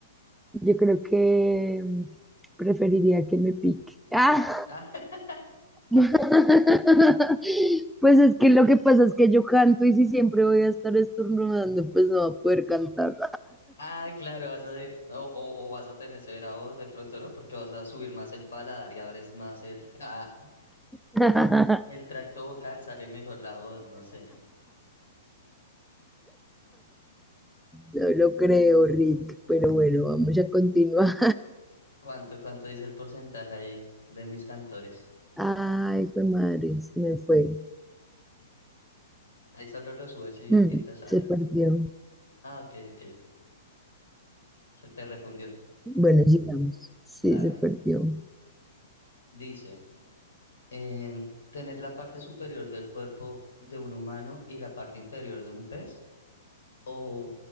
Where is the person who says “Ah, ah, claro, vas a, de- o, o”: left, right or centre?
Left